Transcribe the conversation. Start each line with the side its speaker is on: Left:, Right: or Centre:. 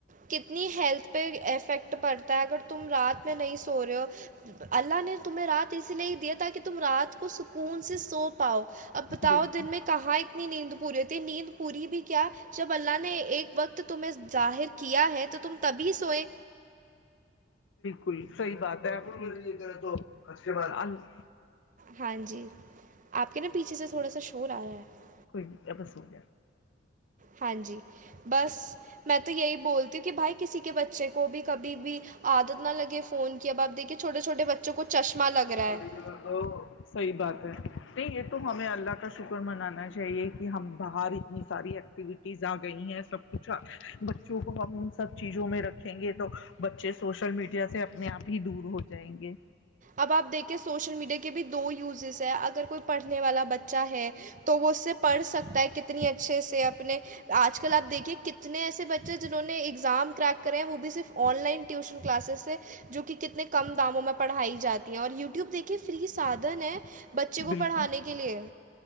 Right: کتنی ہیلتھ پہ افیکٹ پڑتا ہے اگر تم رات میں نہیں سو رہے ہو اللہ نے تمہیں رات اسی لیے ہی دیا تاکہ تم رات کو سکون سے سوپ پاؤ اب بتاؤ
Left: بالکل
Right: دن میں کہاں اتنی نیند پوری تھی نیند پوری بھی کیا جب اللہ نے ایک وقت تمہیں ظاہر کیا ہے تو تم تبھی سوئ
Left: الکل صحی بات ہے توچ کے ب <inaudible>
Right: ہاں جی آپ کے نا پیچھے سے تھوڑا سا شور آیاا ہے <unintelligible>
Left: کوئی نہیں اپ سو <inaudible>
Right: ہاں جی بس میں تو یہی بولتی ہوں کہ بھائی کسی کے بچے کو بھی کبھی بھی عادت نہ لگے فون کیا ب آپ دیکھیے چھوٹے چھوٹے بچوں کو چشمہ لگ رہا
Left: صحیح
Right: ہے <inaudible>
Left: بات ہے نہیں یہ تو ہمیں اللہ کا شکر منانا چاہیے کہ ہم باہر اتنی ساری ایکٹیویٹیز آ گئی ہیں سب کچھ بچوں کو ہم ان سب چیزوں میں رکھیں گے تو بچے سوشل میڈیا سے <inaudible> اپنے آپ ہی دور ہو جائیں گے
Right: اب آپ دیکھے سوشل میڈیا کے بھی دو یوزز ہیں اگر کوئی پڑھنے والا بچہ ہے تو وہ اس سے پڑھ سکتا ہے کتنی اچھے سے اپنے آج کل آپ دیکھیے کتنے ایسے بچے جنہوں نے ایگزام کریک کرے ہیں وہ بھی صرف آن لائن ٹیوشن کلاسز سے جو کہ کتنے کم داموں میں پڑھائی جاتی ہیں اور ی ٹیوب دیک فری سادھن ہیں بچوں کو
Left: بالکل
Right: پڑھانے کے لیئے